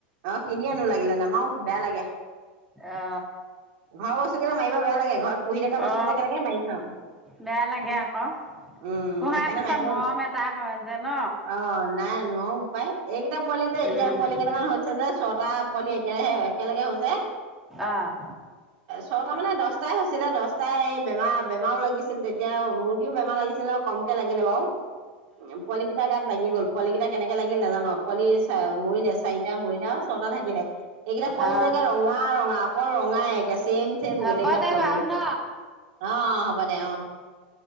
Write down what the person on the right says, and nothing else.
অ কিনি আনো লাগিলে নামাৰো বেয়া লাগে।
ঘৰৰ বস্তু কেইটা মাৰিব বেয়া লাগে ঘৰত পুহি থকা বস্তু
কেইটা কেনেকে মাৰি খাম
উম
সেইকাৰণে
মাৰিব
অ নাই নোৱাৰো পায় এইকেইটা পোৱালি যে এতিয়া
পোৱালি কেইটামান হৈছে যে ছটা পোৱালি একেৰাহে একেলগে হৈছে <unintelligible>
ছটা মানে দহটাই হৈছিলে দহটাই এই <unintelligible> বেমাৰ বেমাৰও লাগিছিল তেতিয়া মুৰ্গীও বেমাৰ লাগিছিলে কমকে লাগিলে বাৰু উ পোৱালি কিটা গাত লাগি গল <unintelligible> পোৱালিকেইটা কেনেকে লাগিল নাজানো আও <unintelligible> পোৱালি চ মৰিলে চাৰিটা মৰিলে আৰু ছটা থাকিলে এইকেইটা পোৱালি
যোকে ৰঙা ৰঙা অকল ৰঙাই একে চছেম চছেম
গোটেইকেইটা
পোৱালি
অ হ'ব দে অ